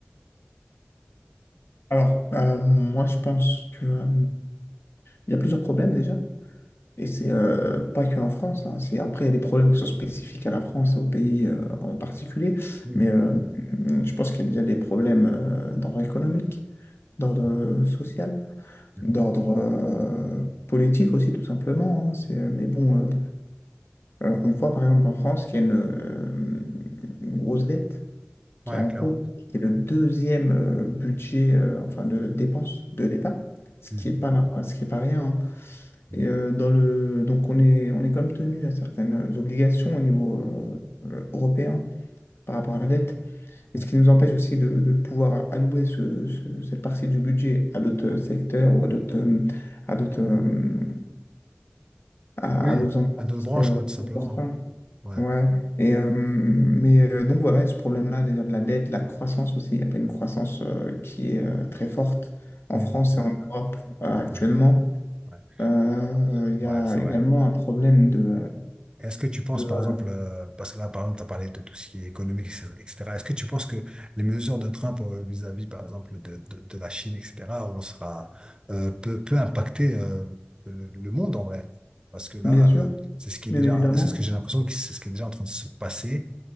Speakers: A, on the left; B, on the right.
A: Alors, euh, moi, je pense que, euh, il y a plusieurs problèmes déjà. Et c'est euh, pas que en France. hein. C'est, après, il y a des problèmes qui sont spécifiques à la France et au pays euh, en particulier.
B: Oui.
A: Mais euh, je pense qu'il y a déjà des problèmes euh, d'ordre économique, d'ordre
B: Mhm.
A: euh, social,
B: Mhm.
A: d'ordre euh, politique aussi, tout simplement. hein. C'est, euh, mais bon, euh, euh, on voit par exemple en France qu'il y a une, euh, une grosse dette qui
B: Ouais,
A: est en
B: clairement.
A: cours, qui est le deuxième euh, budget euh, enfin de dépenses de l'État, ce
B: Mhm.
A: qui est pas normal, ce qui est pas rien. hein.
B: Mhm.
A: Et euh, dans le donc on est on est quand même tenu à certaines obligations au niveau euh, euh, européen par rapport à la dette, et
B: Ouais.
A: ce qui nous empêche aussi de, de pouvoir allouer ce- ce- cette partie du budget à d'autres euh, secteurs ou à d'autres euh, à d'autres euh, à,
B: Oui,
A: à d'autres emplois
B: à deux
A: qui
B: branches,
A: seraient euh,
B: quoi,
A: plus
B: tout simplement.
A: importants.
B: Ouais.
A: Ouais, et euh, mais euh, donc voilà, il y a ce problème-là, déjà de la dette, la croissance aussi, il n'y a pas une croissance euh, qui est euh, très forte en
B: Mhm.
A: France et en Europe euh, actuellement.
B: Ouais. Ouais.
A: Euh,
B: Bah, Après-
A: Il y
B: Ouais,
A: a
B: c'est
A: également
B: vrai.
A: un problème de,
B: Est-ce que tu penses,
A: de-
B: par exemple, euh, parce que là, par exemple, tu as parlé de tout ce qui est économique, etc. Est-ce que tu penses que les mesures de Trump euh, vis-à-vis, par exemple, de, de, de la Chine, etc., on sera, euh, peut, peut impacter euh, le, le monde en vrai? Parce que là,
A: bien sûr,
B: euh, c'est ce qui est
A: bien
B: déjà,
A: évidemment,
B: c'est ce que j'ai l'impression que c'est ce qui est déjà en train de se passer